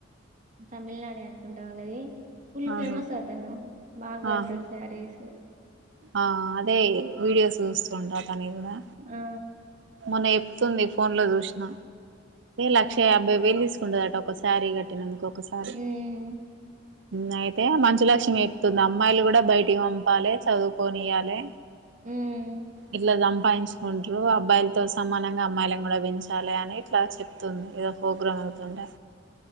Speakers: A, on the right; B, on the right.
A: తమిళనాడే అనుకుంటా వాళ్ళది. ఫుల్
B: ఆహా
A: ఫేమస్ అతను బాగా
B: ఆహా
A: కడుతాడు సారీస్
B: ఆ అదే వీడియోస్ చూస్తుంటా తను కూడా
A: ఆ!
B: ఆమె చెప్తుంది ఫోన్ లో చూసిన లక్ష
A: అవును.
B: యాభైవేలు తీసుక్ ఉండదట ఒకసారీ కట్టినందుక ఒకసారి
A: హ్మ్.
B: నయితే మంచ్ శ్రీ లక్ష్మీ చెప్తుంది అమ్మాయిలు గూడా బయటికి పంపాలి చదువుకోనియ్యాలి.
A: హ్మ్.
B: ఇట్లా సంపాదించుకుంటారు అబ్బాయిలు తో సమానంగా అమ్మాయిలను గూడా పెంచాలి అని ఇట్లా చెప్తుంది ఏదో పోగ్రాం అవుతుంటే